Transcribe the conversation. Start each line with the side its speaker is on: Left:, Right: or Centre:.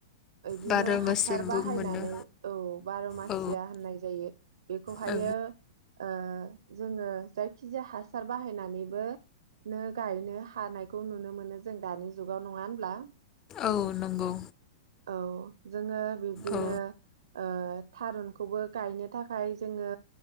Right: इदिनो
Left: बार' बोसोरबो
Right: हासार बाहायनानै
Left: मोनो
Right: औ बार' मासिया
Left: औ
Right: फाननाय जायो। बेखौहायो
Left: औ
Right: ओ जोङो जायखिजाया हासार बाहायनानैबो नो गायनो हानायखौ नुनो मोनो जों दानि जुगाव नङा होनब्ला।
Left: औ नंगौ
Right: औ जोङो बिब्दिनो
Left: औ
Right: ओ थारुनखौबो गायनो थाखाय जोङो